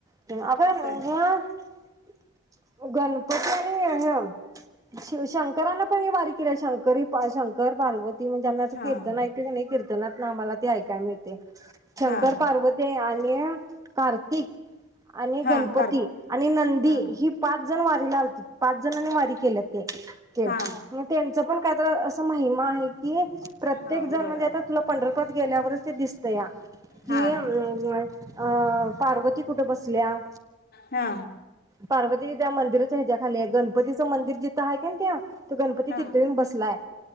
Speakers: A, on the right (about 15°); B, on the left (about 50°).
A: <unintelligible>
B: काय
A: गणपती आणि अ हं शिव शंकरांन पण ह वारी केली शंकरी शंकर पार्वती ग्यांनाेत
B: हा
A: नाही किर्तन ऐकतोय <inaudible> नात ना आम्हाला ते ऐकाय मिळते शंकर
B: हा
A: पार्वती <inaudible> <inaudible> कार्तिक आणि
B: हा
A: गणपती
B: कर
A: आणि नंदी
B: हा
A: हि पाच जण पाच जण वारीला आलती पाच जणांनी वारी केल्या
B: हा
A: <unintelligible> मग त्यांच पण का तर अस महिमा आहे की प्रत्येक
B: हा बरोबर
A: जण म्हणजे
B: आहे
A: आता तुला पंढरपूर गेल्यावरच ते दिसतंया <inaudible>
B: हा
A: अं पार्वती कुठे बसल्या
B: हा
A: पार्वती त्या मंदिर ह्याज्या खाली गणपतीचं मंदिर जिता हाय कण त्या तो गणपती
B: हा
A: तिथ ईऊन बसलाय